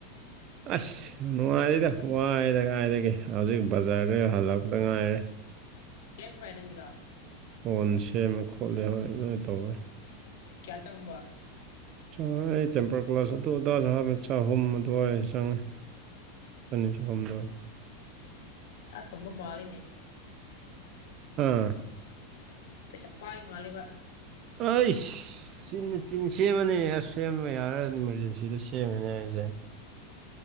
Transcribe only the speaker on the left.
ꯁꯦꯝ ꯐ꯭ꯔꯥꯏ ꯅꯪꯒꯗ
ꯀꯌꯥ ꯆꯪꯕ
ꯄꯩꯁꯥ ꯊꯝꯕ ꯃꯥꯜꯂꯤꯅꯦ
ꯄꯩꯁꯥ ꯄꯥꯏ ꯃꯥꯂꯦꯕ